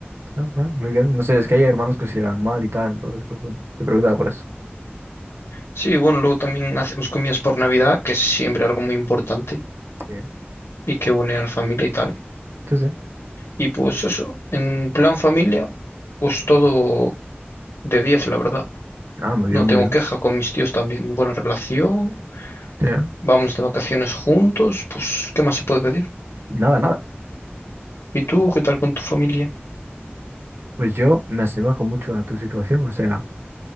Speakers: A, on the right; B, on the left.
A: Ah, bueno, muy bien. No sé, es que hay hermanos que se llevan mal y tal, entonces, pues bueno, te preguntaba por eso.
B: Sí, bueno, luego también hacemos comidas por Navidad, que es siempre algo muy importante
A: Sí.
B: y que une a la familia y tal.
A: Sí, sí.
B: Y pues eso, en plan familia, pues todo de 10, la verdad.
A: Ah, muy
B: No
A: bien,
B: tengo
A: muy bien.
B: queja con mis tíos también. Buena relación,
A: Sí.
B: vamos de vacaciones juntos, pues, ¿qué más se puede pedir?
A: Nada, nada.
B: ¿Y tú qué tal con tu familia?
A: Pues yo me asemejo mucho a tu situación, o sea,